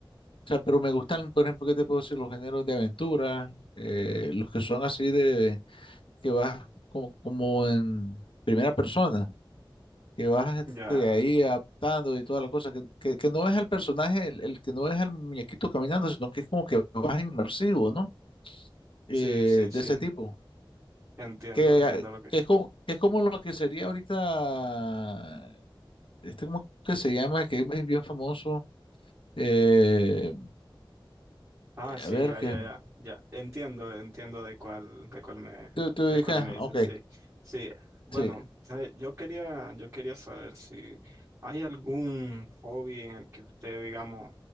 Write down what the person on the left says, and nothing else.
O sea, pero me gustan, por ejemplo, ¿qué te puedo decir? Los géneros de aventura, eh, los que son así de que vas como, como en primera persona, que vas este,
ahí adaptando y toda la cosa, que, que, que no es al personaje, el, el que no es al muñequito caminando, sino que es como que vas inmersivo, ¿no? Eh,
de ese tipo.
que,
que es como, que es como lo que sería ahorita, este como que se llama, que es bien famoso, eh,
a ver,
que
tú, tú
dices,
ok,
sí,